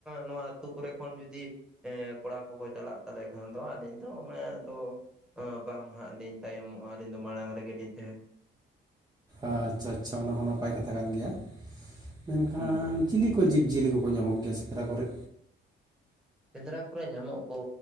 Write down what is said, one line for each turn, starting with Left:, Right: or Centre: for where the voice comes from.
Centre: ᱱᱚᱣᱟ ᱟᱹᱛᱩ ᱠᱚᱨᱮ ᱠᱷᱚᱱ ᱡᱩᱫᱤ ᱦ ᱠᱚᱲᱟ ᱠᱚᱠᱚ ᱪᱟᱞᱟᱜ ᱛᱟᱞᱮ ᱠᱷᱟᱱ ᱫᱚ ᱟᱹᱞᱤᱧ ᱫᱚ ᱟᱱᱮ ᱛᱚ ᱵᱟᱝ ᱦᱟᱸᱜ ᱞᱤᱧ ᱛᱟᱭᱚᱢᱚᱜ-ᱟ ᱟᱹᱞᱤᱧ ᱫᱚ ᱢᱟᱲᱟᱝ ᱨᱮᱜᱮᱞᱤᱧ ᱛᱟᱦᱮᱱᱟ
Right: ᱟᱪᱷᱟ ᱟᱪᱷᱟ ᱚᱱᱟ ᱦᱚᱸ ᱱᱟᱯᱟᱭ ᱠᱟᱛᱷᱟ ᱠᱟᱱ ᱜᱮᱭᱟ ᱢᱮᱱᱠᱷᱟᱱ
Centre: ᱦᱩᱸ
Right: ᱪᱤᱞᱤ ᱱᱠᱩ ᱡᱤᱵᱽ-ᱡᱤᱭᱟᱹᱞᱤ ᱠᱚᱠᱚ ᱧᱟᱢᱚᱜ ᱜᱮᱭᱟ ᱥᱮᱠᱨᱟ ᱠᱚᱨᱮ
Centre: ᱥᱮᱸᱫᱽᱨᱟ ᱠᱚᱨᱮ ᱧᱟᱢᱚᱜ-ᱟ